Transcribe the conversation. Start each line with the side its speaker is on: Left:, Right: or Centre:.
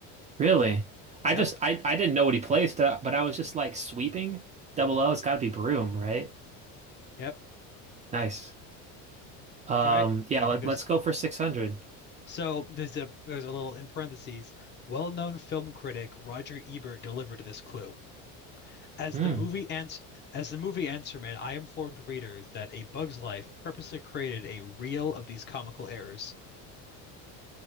Right: Really? I
Left: Yep.
Right: just I I didn't know what he placed, uh, but I was just like sweeping. Double O, it's got to be broom, right?
Left: Yep.
Right: Nice. Um,
Left: All right.
Right: yeah, let,
Left: Want to
Right: let's
Left: go
Right: go for 600.
Left: So there's a there's a little in parentheses. Well-known film critic Roger Ebert delivered this clue. As
Right: Hmm.
Left: the movie ends. as the movie Answerman, I informed readers that A Bug's Life purposely created a reel of these comical errors.